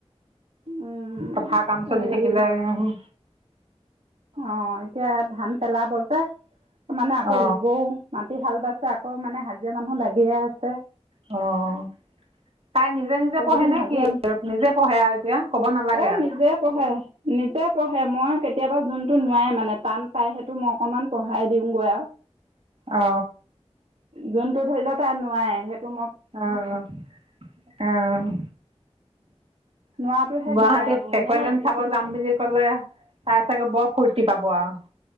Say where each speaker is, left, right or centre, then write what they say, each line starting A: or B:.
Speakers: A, on the right; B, on the right.
A: উম,
B: পথাৰৰ কাম চলি
A: হেৰি
B: থাকিলে ওহু।
A: অ', এতিয়া ধান পেলাব যে। মানে আকৌ
B: অ
A: ৰুবওঁ, মাটি হাল বাইছে আকৌ মানে হাজিৰা মানুহ লাগিয়ে আছে।
B: অ'। তাই নিজে, নিজে
A: এইকেইদিন
B: পঢ়ে নে
A: হাজিৰা
B: কি, নিজে পঢ়ে আৰু এতিয়া ক'ব নালাগে
A: এই
B: আৰু।
A: নিজে পঢ়ে। নিজে পঢ়ে, মই কেতিয়াবা যোনটো নোৱাৰে, মানে টান পাই সেইটো মই অকনমান পঢ়াই দিওঁগৈ আৰু।
B: অ
A: যোনটো ধৰি ল' তাই নোৱাৰে সেইটো মই
B: আ', আ'। আ', আ'।
A: নোৱাৰাটোহে
B: গুৱাহাটীত
A: শিকাই দিওঁ এনেই
B: এক'লেণ্ড
A: এইখিনি
B: চাব যাম বুলি ক'লে। তাই চাগে বৰ ফূৰ্তি পাব আৰু।